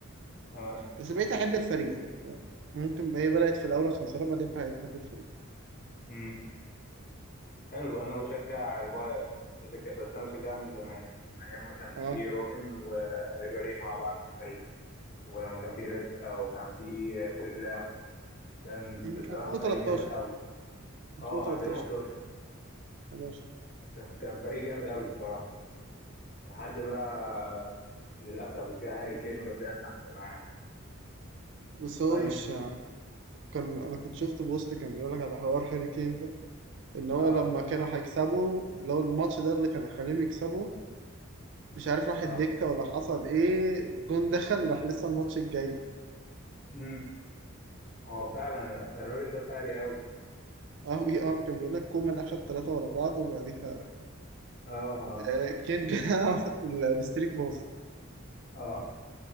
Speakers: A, on the left (about 40°); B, on the right (about 55°).
A: تمام
B: بس بقيت احب الفريق يعني ممكن بقى هي بدات في الاول عشان صلاح بعدين بقيت احب الفريق
A: امم حلو انا بشجع البايرن بشجع بس انا بشجعها من زمان من ايام ما كان
B: اه
A: في روبن وريبيري مع بعض في الفريق ولما كان في ليس او كان في فيليب لام كان
B: م-
A: الصراحة
B: 2013
A: فريق جامد قوي
B: 2013
A: اه 2011
B: 11
A: كان كان فريق جامد قوي بصراحة لحد بقى للأسف جه هاري كين وجاب لنا النحس معاه
B: بس هو
A: طيب
B: مش كان انا كنت شفت بوست كان بيقول لك على حوار هاري كين ده ان هو
A: اه
B: لما كانوا هيكسبوا لو الماتش ده اللي كان هيخليهم يكسبوا مش عارف راح
A: اه
B: الدكة ولا حصل ايه جون دخل راح لسه الماتش الجاي
A: امم هو فعلا الراجل ده فاري قوي
B: اه إيه، اه كان بيقول لك كومان اخد ثلاثة ورا بعض وبعديها
A: اه اه
B: آه كين جه <laughs> ال- الستريك باظت
A: اه